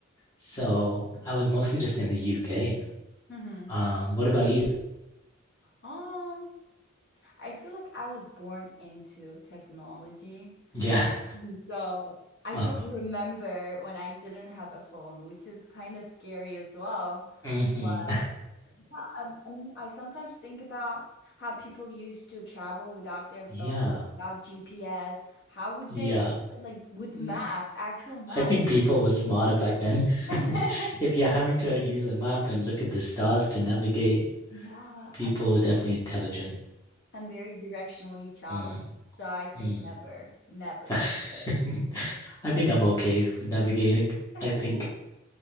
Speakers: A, on the left; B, on the left.
A: so I was mostly just in the UK.
B: hmm
A: Um, what about you? <laughs>
B: Um, I feel like I was born into technology.
A: Yeah.
B: Mhm. So I
A: Uh-huh.
B: don't remember when I didn't have a phone, which is kind of scary as well.
A: hmm
B: But yeah, I, I mean, I sometimes think about how people used to travel without their phones,
A: <laughs> Yeah.
B: without GPS. How would
A: Yeah.
B: they, like, with
A: Mm,
B: maps, actual maps?
A: I think people were smarter back then.
B: <laughs>
A: <laughs> If you're having to use a map and look at the stars to navigate,
B: Yeah,
A: people
B: I'm
A: were definitely intelligent.
B: I'm very directionally challenged,
A: Mm,
B: so I could
A: mm.
B: never, never,
A: <laughs> <laughs>
B: ever.
A: I think I'm okay with navigating.
B: <laughs>
A: I think,